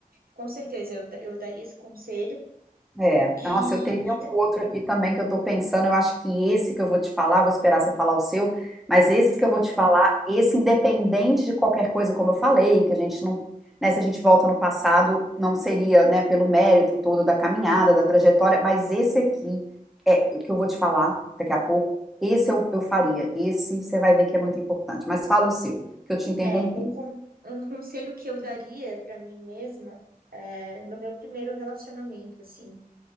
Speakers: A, on the right; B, in the centre.
A: Com certeza, eu, da- eu daria esse conselho.
B: É,
A: E,
B: nossa, eu teria
A: e ta-
B: um outro aqui também que eu tô pensando. Eu acho que esse que eu vou te falar, vou esperar você falar o seu, mas esse
A: uhum.
B: que eu vou te falar, esse independente de qualquer coisa, como eu falei, que a gente não, né, se a gente volta no passado, não seria, né, pelo mérito todo da caminhada, da trajetória, mas esse aqui é o que eu vou te falar daqui a pouco. Esse eu, eu faria. Esse você vai ver que é muito importante. Mas fala o seu, que eu te interrompi.
A: É, um, con- um conselho que eu daria para mim mesma é, no meu primeiro relacionamento, assim.